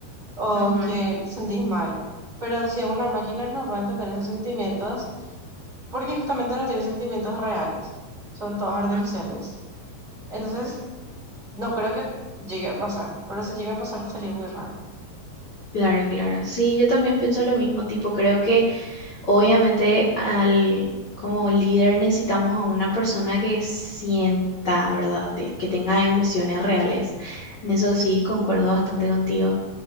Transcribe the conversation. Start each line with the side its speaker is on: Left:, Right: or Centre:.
Right: o
Left: ujú,
Right: que te sentís mal. Pero si es una máquina no va a entender esos sentimientos porque justamente no tiene sentimientos reales, son todas artificiales.
Left: ujú.
Right: Entonces, no creo que llegue a pasar, pero si llega a pasar sería muy raro.
Left: Claro, claro. Sí, yo también pienso lo mismo, tipo, creo que Obviamente, al, como líder necesitamos a una persona que sienta, ¿verdad? Que que tenga emociones reales. En eso sí, concuerdo bastante contigo.